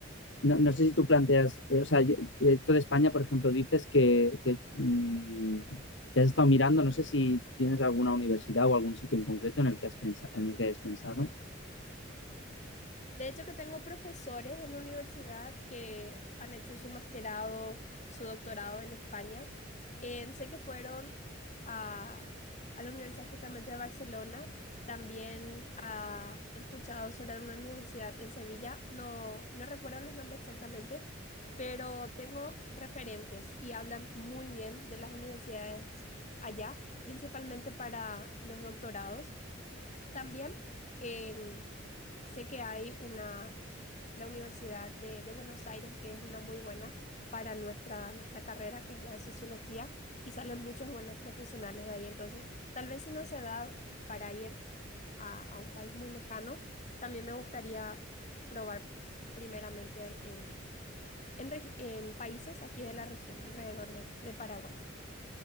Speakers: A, on the left (about 70°); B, on the left (about 40°).
A: no, no, sé si tú planteas, eh, o sea, esto de España, por ejemplo, dices que, que, mm, que, has estado mirando, no sé si tienes alguna universidad o algún sitio en concreto en el que has pensado, en el que hayas pensado.
B: De hecho, que tengo profesores en la universidad que han hecho su masterado, su doctorado en España. Eh, sé que fueron a, a la Universidad justamente de Barcelona. También ah, he escuchado sobre una universidad en Sevilla. No, no recuerdo los nombres exactamente, pero tengo referentes y hablan muy bien de las universidades allá, principalmente para los doctorados. También en- sé que hay una, la Universidad de, de Buenos Aires, que es una muy buena para nuestra, nuestra carrera, que es la de sociología, y salen muchos buenos profesionales de ahí. Entonces, tal vez si no se da para ir a, a un país muy lejano, también me gustaría probar primeramente en, en, regi- en países aquí de la región, alrededor de, de Paraguay.